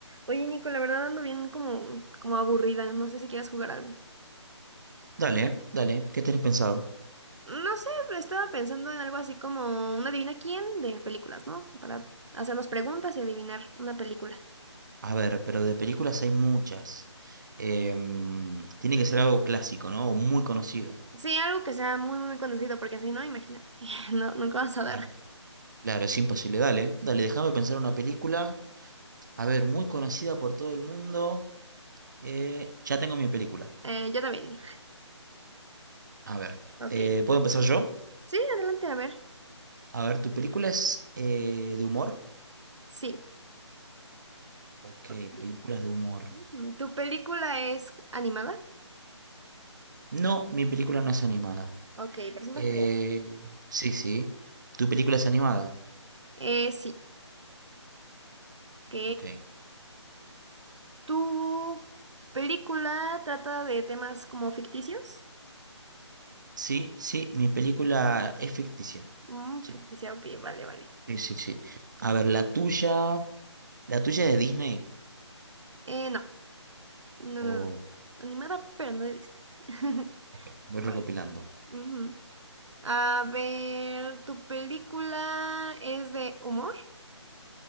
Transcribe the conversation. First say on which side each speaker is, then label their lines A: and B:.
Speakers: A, on the right; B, on the right.
A: Oye, Nico, la verdad ando bien como, como aburrida. No sé si quieres jugar algo.
B: Dale, dale, ¿qué tenés pensado?
A: No sé, estaba pensando en algo así como una adivina quién de películas, ¿no? Para hacernos preguntas y adivinar una película.
B: A ver, pero de películas hay muchas. Em, tiene que ser algo clásico, ¿no? O muy conocido.
A: Sí, algo que sea muy, muy conocido, porque si no, imagínate. <laughs> No, nunca vas a dar.
B: Claro. Claro, es imposible. Dale, dale, déjame pensar una película. A ver, muy conocida por todo el mundo. Eh, ya tengo mi película.
A: Eh, yo también.
B: A ver,
A: Ok.
B: eh, ¿puedo empezar yo?
A: Sí, adelante, a ver.
B: A ver, ¿tu película es eh, de humor?
A: Sí.
B: Ok,
A: Ok.
B: películas de humor.
A: Mm, ¿Tu película es animada?
B: No, mi película no es animada.
A: Ok, personas
B: Eh,
A: reales.
B: sí, sí. ¿Tu película es animada?
A: Eh, sí. Ok.
B: Ok.
A: ¿Tu película trata de temas como ficticios?
B: Sí, sí, mi película es ficticia.
A: Mm,
B: Sí,
A: ficticia, ok, vale, vale.
B: sí, sí, sí. A ver, la tuya, la tuya es de Disney.
A: Eh, no, no,
B: O,
A: no, no. Animada, pero no de Disney. <laughs>
B: ok, voy
A: Vale.
B: recopilando.
A: Ujú. A ver, ¿tu película es de humor?